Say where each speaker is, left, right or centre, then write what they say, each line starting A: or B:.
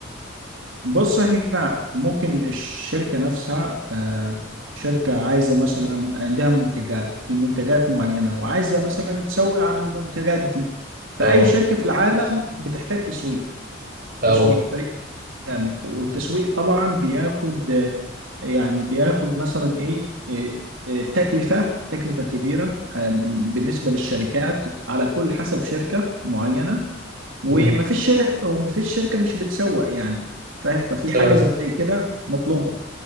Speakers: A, on the right (about 85°); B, on the right (about 45°).
A: بص احنا ممكن الشركة نفسها آه، شركة عايزة مثلا عندها منتجات المنتجات معينة وعايزة مثلا تسوق عن المنتجات دي فأي
B: اه
A: شركة في العالم بتحتاج تسويق
B: اه
A: تسويق فريق تسويق يعني والتسويق طبعا بياخد آه، يعني بياخد مثلا ايه آه، آه، تكلفة تكلفة كبيرة آه، بالنسبة للشركات على كل حسب شركة معينة ومفيش
B: امم
A: شر... ومفيش شركة مش بتسوق يعني فاهم ففي
B: تمام
A: حاجة زي كده مطلوبة